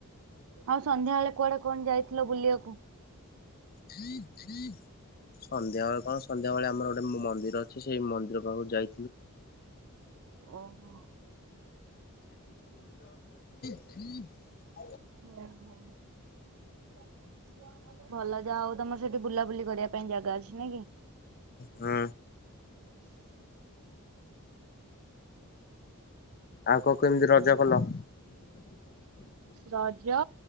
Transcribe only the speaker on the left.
ଥଇ ଥାଇଇ <inaudible> ସନ୍ଧ୍ୟାବେେଳେ କଣ ସନ୍ଧ୍ୟାବେେଳେ ଆମର ଗୋଟେ ମନ୍ଦିର ଅଛି ସେଇ ମନ୍ଦିର ପାଖକୁ ଯାଇ
ହୁଁ <inaudible>
ହଁ, ଆଉ କଣ କେମିତି ରଜ କଲ?